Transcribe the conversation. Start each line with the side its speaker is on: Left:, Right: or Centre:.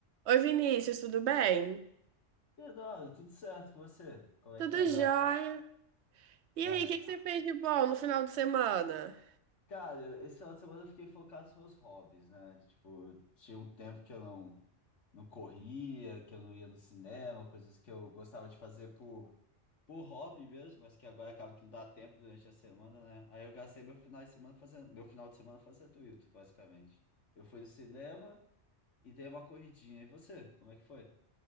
Right: Oi, Vinícius, tudo bem?
Left: Eduardo, tudo certo com você? Como é
Right: Tudo
Left: que anda?
Right: jóia. E
Left: E
Right: aí,
Left: a-
Right: o que que você fez de bom no final de semana?
Left: Cara, eu- esse final de semana eu fiquei focado nos meus hobbies, né? Tipo, tinha um tempo que eu não, não corria, que eu não ia no cinema, coisas que eu gostava de fazer por, por hobby mesmo, mas que agora acaba que não dá tempo durante a semana, né? Aí eu gastei meu final de semana fazendo, meu final de semana fazendo isso, basicamente. Eu fui no cinema e dei uma corridinha. E você, como é que foi?